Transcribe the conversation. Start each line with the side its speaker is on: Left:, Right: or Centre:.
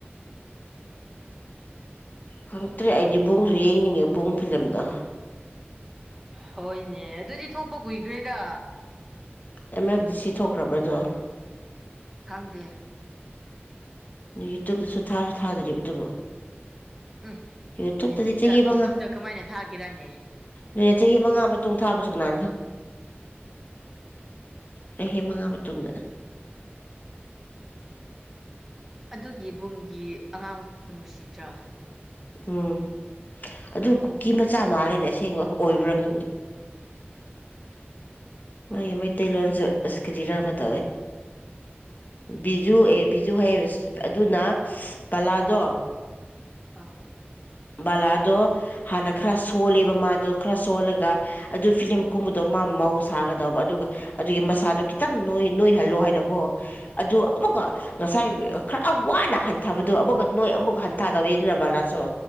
Left: ꯈꯪꯇ꯭ꯔꯦ ꯑꯩꯗꯤ ꯕꯨꯡꯁꯨ ꯌꯦꯡꯅꯤꯡꯉꯦ ꯕꯨꯡ ꯐꯤꯂꯝꯗꯣ
Centre: ꯍꯣꯏꯅꯦ ꯑꯗꯨꯗꯤ ꯊꯣꯛꯄ ꯀꯨꯏꯈ꯭ꯔꯦꯗ
Left: ꯑꯦꯝ ꯑꯦꯐ ꯗꯤ ꯁꯤ ꯊꯣꯛꯈ꯭ꯔꯕ꯭ꯔꯗꯣ
Centre: ꯈꯪꯗꯦ
Left: ꯌꯨꯇꯨꯕꯇꯁꯨ ꯊꯁꯨ ꯊꯥꯗ꯭ꯔꯤꯕꯗꯨꯕꯨ
Centre: ꯎꯝ
Left: ꯌꯨꯇꯨꯕꯇꯗꯤ
Centre: ꯌꯨꯇ꯭ꯌꯨꯕꯇ
Left: ꯆꯍꯤ ꯃꯉꯥ
Centre: ꯌꯨꯇ꯭ꯌꯨꯕꯇ ꯀꯃꯥꯏꯅ ꯊꯥꯒꯦꯔꯅꯦ
Left: ꯑꯗꯨ ꯆꯍꯤ ꯃꯉꯥ ꯃꯇꯨꯡ ꯊꯥꯕꯁꯨ ꯀꯅꯥꯅ ꯆꯍꯤ ꯃꯉꯥ ꯃꯇꯨꯡꯗ
Centre: ꯑꯗꯨꯒꯤꯕꯨꯡꯒꯤ ꯑꯉꯥꯡ ꯅꯨꯡꯁꯤꯗ꯭ꯔꯥ
Left: ꯎꯝ ꯑꯗꯨ ꯀꯨꯀꯤ ꯃꯆꯥ ꯃꯜꯂꯤꯅꯦ ꯑꯁꯦꯡꯕ ꯑꯣꯏꯕ꯭ꯔꯥ ꯈꯪꯗꯦ ꯅꯣꯏꯒꯤ ꯃꯩꯇꯩ ꯂꯣꯟꯁꯨ ꯑꯁ ꯀꯤꯔꯤꯔ ꯑꯃ ꯇꯧꯑꯦ ꯕꯤꯖꯨ ꯑꯦ ꯕꯤꯖꯨ ꯍꯩꯌꯦ ꯑꯗꯨꯅ ꯕꯥꯂꯥꯗꯣ
Centre: ꯑꯥ
Left: ꯕꯥꯂꯥꯗꯣ ꯍꯥꯟꯅ ꯈꯔ ꯁꯣꯜꯂꯦꯕ ꯃꯥꯗꯣ ꯈꯔ ꯁꯣꯜꯂꯒ ꯑꯗꯨ ꯐꯤꯂꯝ ꯀꯨꯝꯕꯗꯣ ꯃꯥ ꯃꯧ ꯁꯥꯒꯗꯧꯕ ꯑꯗꯨꯒ ꯑꯗꯨꯒꯤ ꯃꯁꯥꯗꯣ ꯈꯤꯇꯪ ꯅꯣꯏ ꯅꯣꯏꯍꯜꯂꯣ ꯍꯥꯏꯅꯀꯣ ꯑꯗꯨ ꯑꯃꯨꯛꯀ ꯉꯁꯥꯏ ꯈꯔ ꯋꯥꯅ ꯍꯟꯊꯕꯗꯣ ꯑꯃꯨꯛꯀ ꯅꯣꯏ ꯑꯃꯨꯛꯀ ꯍꯟꯊꯗ ꯇꯧꯏꯗꯅ ꯕꯥꯂꯥꯁꯨ